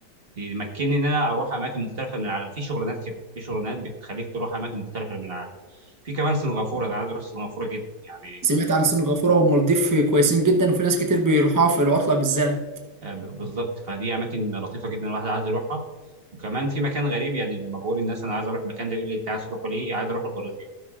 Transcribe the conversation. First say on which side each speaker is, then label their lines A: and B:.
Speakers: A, on the right; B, on the right.
A: تمكنني ان انا اروح اماكن مختلفه من العالم في شغلانات كده في شغلانات بتخليك تروح اماكن مختلفه من العالم في كمان سنغافوره انا عايز اروح سنغافوره جدا يعني
B: سمعت عن سنغافوره والمالديف كويسين جدا وفي ناس كتير بيروحوها في العطله بالذات
A: آه، ب- بالظبط فدي اماكن لطيفه جدا الواحد عايز يروحها وكمان في مكان غريب يعني لما بقول للناس انا عايز اروح المكان ده يقول لي انت عايز تروحه ليه عايز اروح البرازيل